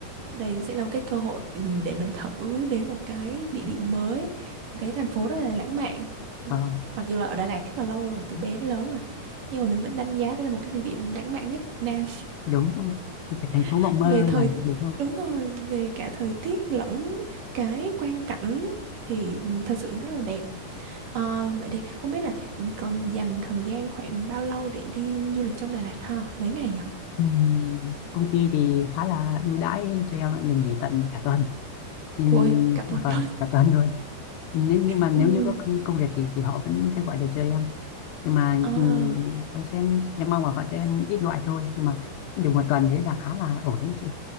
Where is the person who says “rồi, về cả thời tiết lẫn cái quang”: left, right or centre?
Right